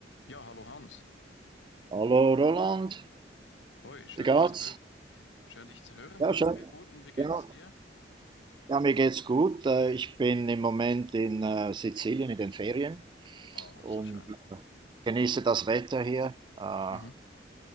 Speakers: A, on the left; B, on the right.
A: Ja, hallo Hans.
B: Hallo Roland,
A: Hoi, schön
B: wie geht's?
A: dich zu hören. Schön dich zu hören,
B: Ja,
A: danke.
B: schön.
A: Gut, und wie geht
B: Ja,
A: es dir?
B: ja, mir geht's gut. Äh, Ich bin im Moment in äh, Sizilien in den Ferien
A: Oh,
B: und
A: so schön.
B: genieße das Wetter hier äh,
A: Mhm,